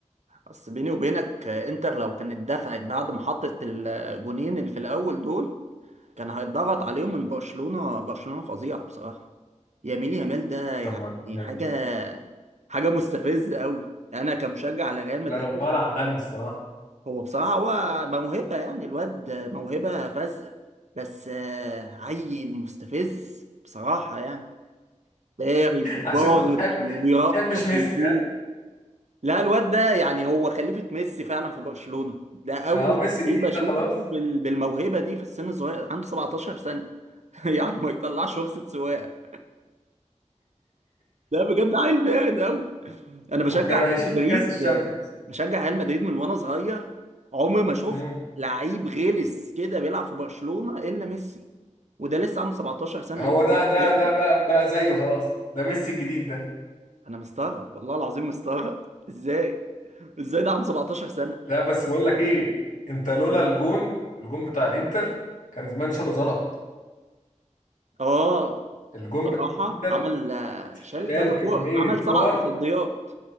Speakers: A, on the right; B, on the left.
A: بس بيني وبينك آه، انتر لو كانت دفعت بعد ما حطت الجونين اللي في الاول دول كان هيتضغط عليهم من برشلونة برشلونة فظيعة بصراحة ياميل يامال ده يعني
B: طب ما لا
A: حاجة حاجة مستفزة قوي أنا كمشجع لريال مدريد
B: لا ولا عالمي الصراحة
A: هو بصراحة هو موهبة يعني الواد موهبة فذة بس آه، عيل مستفز بصراحة يعني بارد وضاغط
B: عشان انت بتحب ما
A: وبيرقص
B: بتحبش ميسي
A: ويشوط
B: ها
A: لا الواد ده يعني هو خليفة ميسي فعلا في برشلونة ده أول
B: اه ميسي جديد
A: لعيب أشوفه
B: ده خلاص
A: بال- بالموهبة دي في السن الصغير عنده 17 سنة <laughs> يعني ما يطلعش رخصة سواقة ده بجد عيل بارد قوي انا بشجع
B: وكان هيشيل
A: ريال مدريد
B: كاس الشامبيونز
A: بشجع ريال مدريد من وانا صغير عمري ما شفت
B: مم.
A: لعيب غلس كده بيلعب في برشلونة الا ميسي وده لسه عنده 17 سنة
B: هو
A: لسه
B: ده
A: بيقول
B: ده
A: هادي.
B: ده بقى بقى زيه خلاص ده ميسي الجديد ده
A: انا مستغرب والله العظيم مستغرب ازاي ازاي ده عنده 17 سنة
B: لا بس بقول لك ايه انت لولا الجون الجون بتاع الانتر كان زمان شاله زلط
A: اه
B: الجون
A: صراحة
B: بتاع الانتر
A: عمل آه،
B: شال
A: شال كذا
B: كمية
A: كورة عمل
B: كور
A: سبع تصديات